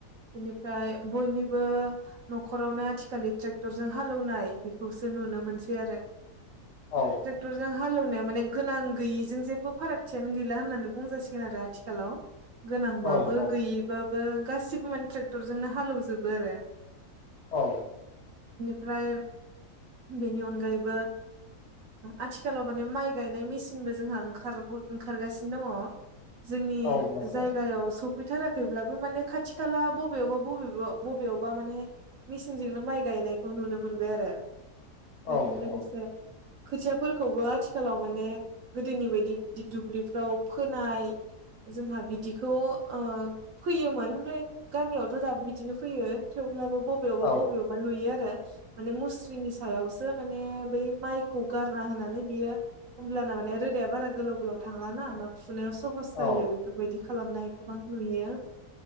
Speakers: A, on the right; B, on the left.
A: बिनिफ्राय बयनिबो न'खरावनो आथिखलि ट्रेक्टरजों हालेवनाय खौसो नुनो मोनसै आरो
B: औ
A: ट्रेक्टरजों हालेवनाया माने गोनां गैयै जों जेबो फारागथियानो गैला होननानै बुंजा सिगोन आरो आथिखालाव गोनांबाबो
B: औ औ
A: गैयैबाबो गासिबो माने ट्रेक्टरजोंनो हालेवजोबो आरो
B: औ।
A: ओमफ्राय बेनि अनगायैबो आथिखालाव माने माइ गायनाय मेसिनबो जोंहा ओंखार ओंखारगासिनो दङ। जोंनि
B: औ नंगौ
A: जायगायाव सब फैथाराखैब्लाबो माने खाथि खाला बबेयावबा बबेबा बबेयावबा माने मेचिनजोंनो माइ गायनायखौ नुनो मोनबाय आरो बेजों
B: औ औ
A: <unintelligible> खोथियाफोरखौबो आथिखालाव माने गोदोनि बायदि बिदि दुब्लिफ्राव फोनाय, जोंहा बिदिखौ ओ फैयोमोन ओमफ्राय गामियावथ' दाबो बिदिनो फैयो थेव अब्लाबो बबेयावबा
B: औ
A: बबेयावबा नुयो आरो माने मुस्रिनि सायावसो माने बै माइखौ गारना होनानै बियो होमब्लाना माने रोदाया बारा गोलाव गोलाव थांलााना होमबा, सुनायाव सहस जायो
B: औ
A: बेफोरबायदि खालामनाय गोबां नुयो।